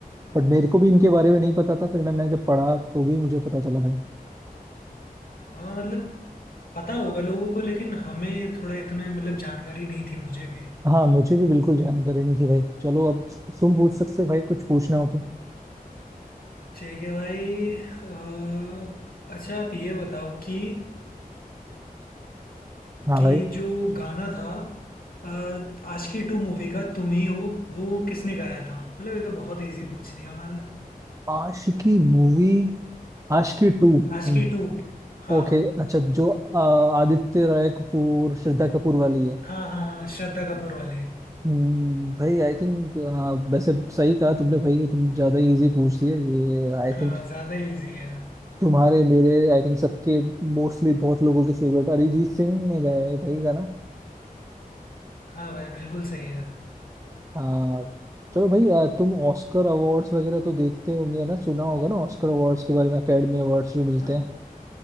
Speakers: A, on the right; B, on the left.
A: बट मेरे को भी इनके बारे में नहीं पता था फिर मैंने जब पढ़ा तो भी मुझे पता चला भाई
B: हाँ मतलब पता होगा लोगों को लेकिन हमें थोड़ा इतने मतलब जानकारी नहीं थी मुझे भी
A: हाँ मुझे भी बिल्कुल जानकारी नहीं थी भाई चलो अब तुम पूछ सकते हो भाई कुछ पूछना हो तो
B: ठीक है भाई अ, अच्छा आप ये बताओ कि
A: हाँ
B: कि
A: भाई
B: जो गाना था अ, आशिकी टू मूवी का तुम ही हो वो किसने गाया था मतलब ये तो बहुत इजी पूछ दिया मैंने
A: Aashiqui movie Aashiqui two
B: आशिकी
A: Hmm,
B: टू हाँ
A: okay अच्छा जो अ, आदित्य राय कपूर श्रद्धा कपूर वाली है
B: हाँ हाँ हाँ श्रद्धा कपूर वाली
A: हम्म, भाई आई थिंक वैसे सही कहा तुमने भाई ये तुम ज्यादा इजी पूछ दिया ये आई
B: हाँ
A: थिंक
B: ज़्यादा इजी है
A: तुम्हारे मेरे आई थिंक सबके मोस्टली बहुत लोगों के फेवरेट अरिजीत सिंह ने गाया है भाई गाना
B: हाँ भाई बिल्कुल सही है
A: आ, चलो भाई आ, तुम ऑस्कर अवार्ड्स वगैरह तो देखते होंगे ना सुना होगा ना ऑस्कर अवार्ड्स के बारे में एकेडमी अवार्ड्स जो
B: हाँ
A: मिलते हैं